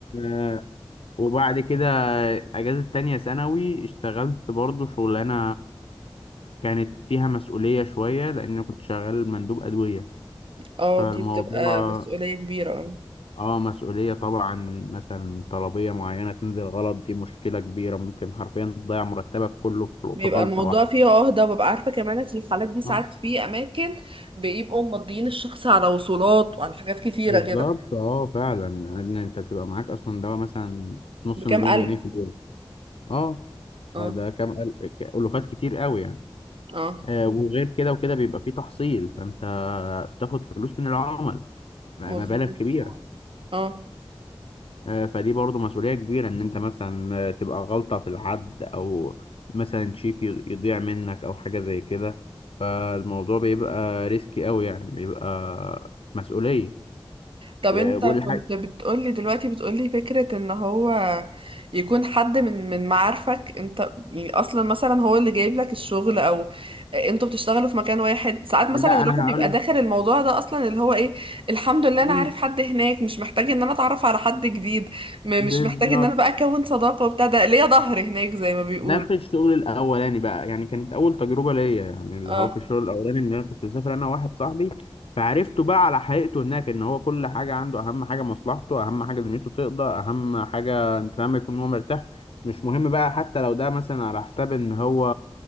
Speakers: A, on the left (about 70°); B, on the right (about 65°).
A: آه، وبعد كده أجازة تانية ثانوي اشتغلت برضو شغلانة كانت فيها مسؤولية شوية لأن كنت شغال مندوب أدوية
B: اه
A: فالموضوع
B: دي بتبقى مسؤوليه كبيره اه
A: اه مسؤولية طبعا مثلا طلبية معينة تنزل غلط دي مشكلة كبيرة ممكن حرفيا تضيع مرتبك كله في
B: بيبقى
A: في غلطة
B: الموضوع
A: واحدة
B: فيه عهدة وببقى عارفة كمان ان في الحالات دي ساعات
A: آه،
B: في أماكن بيبقوا مضيين الشخص على وصولات وعلى حاجات كتيرة
A: بالظبط
B: كده
A: اه فعلا لان انت بتبقى معاك اصلا دواء مثلا نص
B: بكام
A: مليون
B: ألف
A: جنيه في اليوم اه
B: اه
A: آه، ده كام أل- ك- ألوفات كتير قوي يعني
B: اه
A: آه وغير كده وكده بيبقى فيه تحصيل فانت بتاخد فلوس من العمل مبالغ
B: مظبوط
A: كبيرة
B: اه
A: آه، فدي برضو مسؤولية كبيرة إن أنت مثلا آه، تبقى غلطة في العد أو مثلا شيك ي- يضيع منك أو حاجة زي كده فالموضوع بيبقى ريسكي أوي يعني بيبقى مسؤولية
B: طب
A: آه،
B: انت
A: والحاجة
B: كنت بتقولي دلوقتي بتقولي فكرة ان هو يكون حد من من معارفك انت يعني اصلا مثلا هو اللي جايب لك الشغل او انتوا بتشتغلوا في مكان واحد ساعات مثلا
A: لا
B: الواحد
A: أنا
B: بيبقى
A: هقوله
B: داخل الموضوع ده اصلا اللي هو ايه الحمد لله
A: مم،
B: انا عارف حد هناك مش محتاج ان انا اتعرف على حد جديد م-
A: بالظبط
B: مش محتاج ان انا بقى اكون صداقة وبتاع ده ليا ظهر هناك زي ما بيقول
A: ده في الشغل الاولاني بقى يعني كانت اول تجربه ليا يعني اللي
B: اه
A: هو في الشغل الاولاني ان انا كنت مسافر انا وواحد صاحبي فعرفته بقى على حقيقته هناك ان هو كل حاجه عنده اهم حاجه مصلحته اهم حاجه دنيته تقضى اهم حاجه انت فاهم يكون هو مرتاح مش مهم بقى حتى لو ده مثلا على حساب ان هو